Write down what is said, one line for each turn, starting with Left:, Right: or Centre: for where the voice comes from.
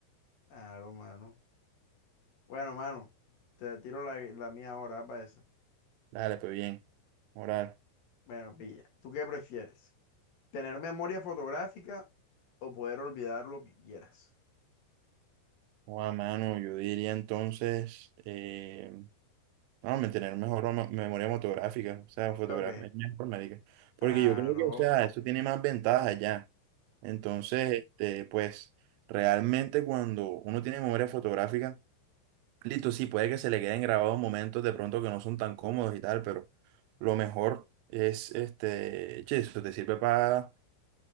Left: Claro, mano. Bueno, mano, te tiro la, la mía ahora ah, para eso.
Right: Dale, pues bien. Moral.
Left: Bueno, pilla, ¿tú qué prefieres? ¿Tener memoria fotográfica o poder olvidar lo que quieras?
Right: O a mano, yo diría entonces, eh, no, mantener mejor o no- memoria fotográfica, o sea, fotografía
Left: ¿Sí o qué?
Right: informática. Porque
Left: Claro.
Right: yo creo que, o sea, eso tiene más ventajas ya. Entonces, este, pues, realmente cuando uno tiene memoria fotográfica, Listo, sí, puede que se le queden grabados momentos de pronto que no son tan cómodos y tal, pero lo mejor es, este, che, eso te sirve para